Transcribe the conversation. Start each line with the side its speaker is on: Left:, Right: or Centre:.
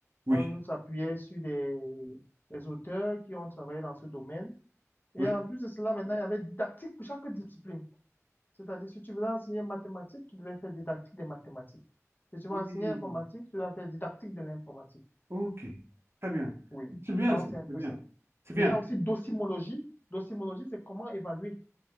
Right: Oui.
Left: On s'appuyait sur des, des auteurs qui ont travaillé dans ce domaine. Et
Right: Oui.
Left: en plus de cela, maintenant, il y avait didactique pour chaque discipline. C'est-à-dire, si tu voulais enseigner mathématiques, tu devais faire didactique des mathématiques. Si tu vas
Right: Oui.
Left: enseigner informatique, tu vas faire didactique de l'informatique.
Right: Ok, très bien.
Left: Oui.
Right: C'est bien
Left: Donc,
Right: ça,
Left: c'est un
Right: c'est
Left: peu
Right: bien.
Left: ça.
Right: C'est bien.
Left: Et il y a aussi docimologie. Docimologie, c'est comment évaluer.